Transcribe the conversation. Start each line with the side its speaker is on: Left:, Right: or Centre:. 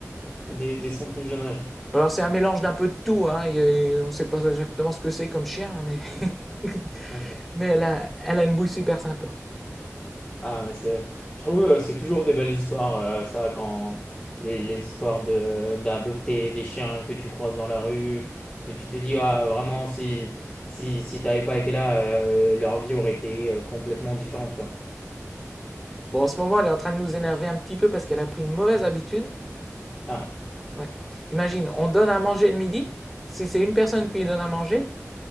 Centre: ouais.
Left: dès dès son plus jeune âge.
Centre: Alors, c'est un mélange d'un peu de tout, hein. Il y a- on ne sait pas exactement ce que c'est comme chien, hein, mais... <laughs>
Left: OK.
Centre: Mais elle a, elle a une bouille super sympa.
Left: Ah mais c'est je trouve, heu, c'est toujours des belles histoires, heu, ça quand les les histoires de d'adopter des chiens que tu croises dans la rue, parce que tu te dis: «Ah vraiment si si si t'avais pas été là, heu, leur vie aurait été, heu, complètement différente quoi».
Centre: Bon, en ce moment, elle est en train de nous énerver un petit peu parce qu'elle a pris une mauvaise habitude.
Left: Ah.
Centre: Ouais. Imagine, on donne à manger le midi. Si c'est une personne qui lui donne à manger,